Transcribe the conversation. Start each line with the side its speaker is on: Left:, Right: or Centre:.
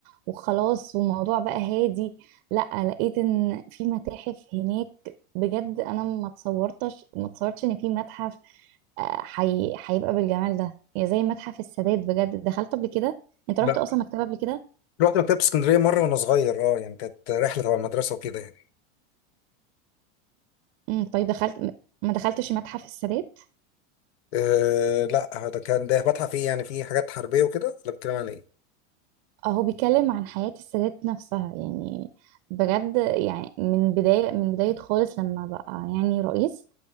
Right: وخلاص والموضوع بقى هادي لا لقيت إن في متاحف هناك بجد أنا ما تصورتش ما تصورتش إن في متحف آه، حي... هيبقى بالجمال ده هي زي متحف السادات بجد دخلت قبل كده أنت
Left: لا
Right: رحت أصلا مكتبة قبل كده؟
Left: رحت مكتبة اسكندرية مرة وانا صغير اه يعني كانت رحلة تبع المدرسة وكده يعني
Right: امم طيب دخلت ما دخلتش متحف السادات؟
Left: أه لا ده كان ده متحف ايه يعني فيه حاجات حربية وكده ولا بتتكلم عن ايه
Right: هو بيتكلم عن حياة السادات نفسها يعني بجد يعني من بداية من بداية خالص لما بقى يعني رئيس